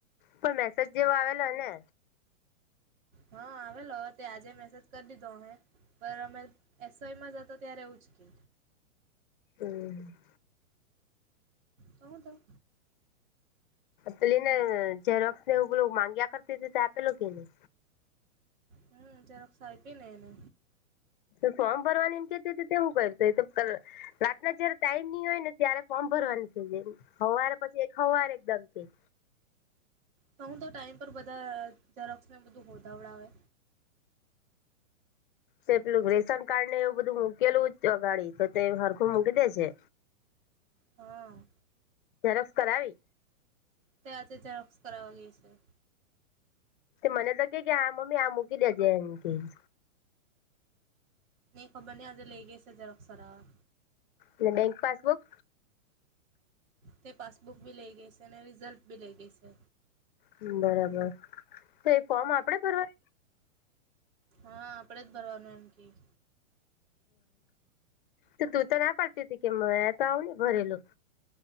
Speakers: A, on the left; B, on the right.
A: પણ મેસેજ જેવો આવેલો હોય ને?
B: હા આવેલો, તે આજે મેસેજ કરી દીધો અમે. સર અમે એસ વાયમાં જ હતા ત્યારે એવું જ કે.
A: હમ.
B: કહું તો.
A: પેલી ને જેઝરોક્સ ને એવુ પેલું માંગ્યા કરતી હતી આપેલુ કે ની
B: હમ ઝેરોક્ષ આયપી ને એને.
A: તો ફોર્મ ભરવાની એમ કેતી તેવું કરતો તો રાતના જયારે ટાઈમ ની હોય ને ત્યારે ફોર્મ ભરવાની જે હવારે પછી એક સવાર એકદમ કે
B: તો હું તો ટાઈમ પર બધા ઝેરોક્ષ ને બધું હોદાવડાવે.
A: તે પેલું રેશન કાર્ડ ને એવું બધું મૂકેલું અગાડી તો તે હરખું મૂકી દે જે
B: હા.
A: ઝેરોક્ષ કરાવી.
B: ત્યાંથી ઝેરોક્ષ કરાવા ગઈ છે.
A: તે મને તો કે કે આ મમ્મી આ મૂકી દેજે એમ કેય
B: ની ખબર ની આજે લઈ ગઈ છે ઝેરોક્ષ કરાવા
A: બેંક પાસબુક.
B: તે પાસબુક ભી લઇ ગઈ છે ને રિઝલ્ટબી લઇ ગઈ છે.
A: હમ બરાબર તો એ ફોર્મ આપડે ભરવા
B: હા આપડે જ ભરવાનો એમ કેય
A: ત તું તો ના પાડતી હતી કે મેં તો આવું ની ભરેલું